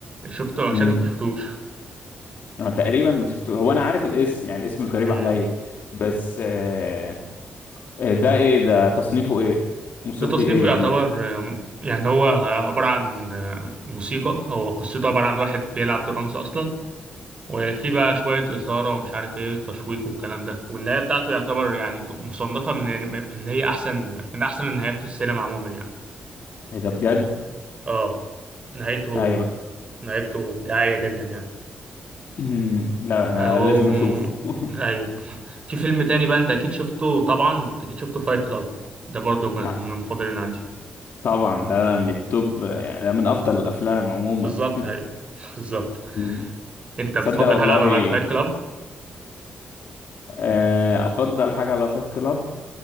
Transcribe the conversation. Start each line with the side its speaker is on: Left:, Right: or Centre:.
Right: شفته
Left: امم
Right: شكلك مشفتوش
Left: انا تقريبا ما شفته هو انا عارف الاسم يعني الاسم مش غريب
Right: مم.
Left: عليا بس آه آه، ده ايه ده تصنيفه ايه موسيقي
Right: ده تصنيفه
Left: ايه
Right: يعتبر
Left: يعني
Right: آه، يعني هو عبارة عن آه، موسيقى هو قصته عبارة عن واحد بيلعب درامز أصلا وفي بقى شوية إثارة ومش عارف إيه تشويق والكلام ده والنهاية بتاعته يعتبر يعني مصنفة من إن هي أحسن من أحسن النهايات في السينما عموما يعني
Left: اذا بجد
Right: اه نهايته
Left: هيبقى
Right: نهايته إبداعية جدا يعني
Left: امم لا انا
Right: أو...
Left: لازم اشوفه <laughs>
Right: أيوه في فيلم تاني بقى أنت أكيد شفته طبعا أنت أكيد شفته فايت كلاب ده برضو من
Left: أعتقد.
Right: المفضلين عندي
Left: طبعا ده من التوب يعني ده من افضل الافلام عموما
Right: بالظبط
Left: <laughs>
Right: أيوه <laughs> بالظبط
Left: مم.
Right: أنت بتفضل
Left: تصدق والله
Right: حاجة على عاد فايت كلاب
Left: آه، افضل حاجه على فايت كلاب